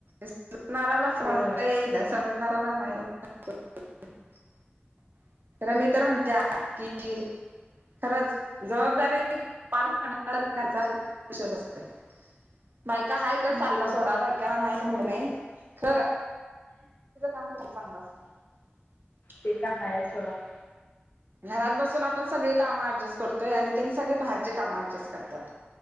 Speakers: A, on the right; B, on the left.
A: समजणाऱ्याला
B: तर
A: समजतय
B: होय
A: आणि ना समजणाऱ्याला नाही <unintelligible> तर मी
B: हम्म
A: तर म्हणत- कि <unintelligible> खरंच जबाबदारी पार <unintelligible> पड खर्चाशच असते बायका आहे तर
B: हम्म
A: साडीला सोडा बायका नाही म्हणलं नाही ख <unintelligible> तिचं काम पण चांगलं असतय <unintelligible>
B: ते काय हायच सोडा <inaudible>
A: घरात बसून आपण सगळे काम ऍडजस्ट करतोय आणि त्यांनी सगळे बाहेरचे काम ऍडजस्ट करत्यात.